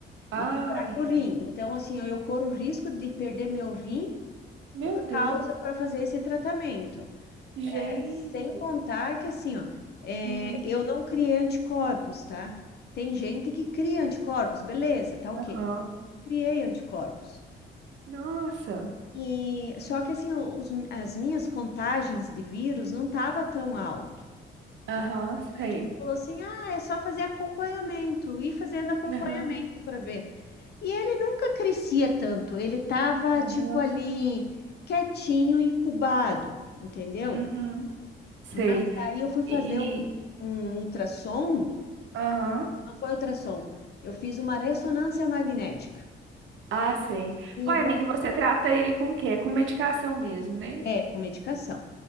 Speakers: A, on the right; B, on the left.
A: Ai,
B: Ele ataca o rim.
A: ai.
B: Então, assim, eu corro o risco de perder meu rim
A: Meu
B: por
A: Deus.
B: causa para fazer esse tratamento.
A: Gente.
B: Sem contar que, assim, ó, é,
A: Uhum.
B: eu não criei anticorpos, tá? Tem gente que cria anticorpos, beleza, tá ok.
A: Aham.
B: Criei anticorpos.
A: Nossa.
B: E só que, assim, os- as minhas contagens de vírus não tava tão alto.
A: Aham,
B: E o
A: sei.
B: médico falou assim: ah, é só fazer acompanhamento, ir fazendo acompanhamento
A: Aham.
B: para ver. E ele nunca crescia tanto, ele tava,
A: Aham.
B: tipo, ali, quietinho, incubado, entendeu?
A: Uhum. Sei.
B: Mas daí eu fui fazer
A: E
B: um, um ultrassom,
A: Aham.
B: não foi ultrassom, eu fiz uma ressonância magnética.
A: Ah, sei.
B: E
A: Uai, amiga,
B: daí,
A: e você trata ele com o quê? Com medicação mesmo, né?
B: é, com medicação.